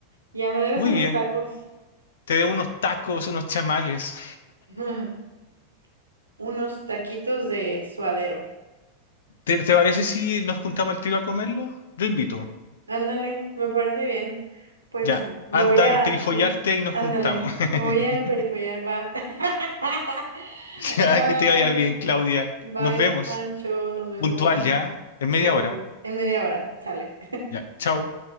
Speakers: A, on the right; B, on the left.
A: Ya me debes
B: Muy
A: unos
B: bien.
A: tacos,
B: Te debo unos tacos, unos chamales.
A: <laughs> unos taquitos de suadero.
B: ¿Te, te parece si nos juntamos al tiro a comerlo? Yo invito.
A: Ándale, me parece bien. Pues
B: Ya,
A: me
B: anda
A: voy a,
B: en perifollarte
A: mm,
B: y nos
A: ándale,
B: juntamos. <laughs>
A: me voy a emperifollar, va. <laughs>
B: Ya,
A: Ay.
B: que te vaya bien, Claudia.
A: Bye,
B: Nos vemos.
A: Pancho, nos vemos.
B: Puntual ya, en
A: Sí,
B: media
A: sí,
B: hora.
A: sí. En media hora, sale.
B: Ya, chao.